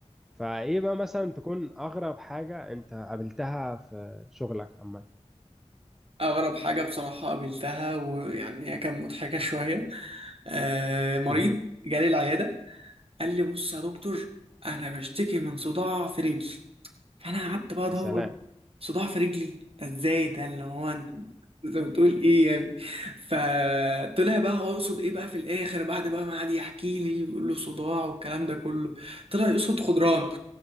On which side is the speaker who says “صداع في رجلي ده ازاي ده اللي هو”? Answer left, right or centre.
Right